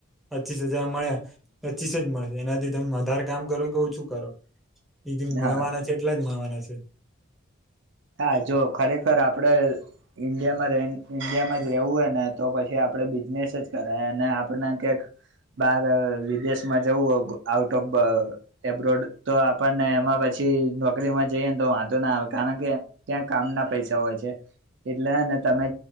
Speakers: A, in the centre; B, on the right.
A: પચીસ હજાર મળ્યા પચીસ જ મળ એનાથી તમે વધારે કામ કરો કે ઓછું કરો એ જે મળવાના
B: હા
A: છે એટલા જ મળવાના છે.
B: હા જો ખરેખર આપડે ઈન્ડિયામાં ઈન્ડિયામાં જ રવું હોય ને તો પછી આપ બિઝનેસ જ કર અને આપ કક બાર વિદેશ માં જવું આઉટ ઓફ એબ્રોડ તો આપણને એમાં પછી નોકરીમાં જઈએ ને તો વાંધો ના આવે કારણ કે ત્યાં કામ ના પૈસા હોય છે. એટલે ને તમે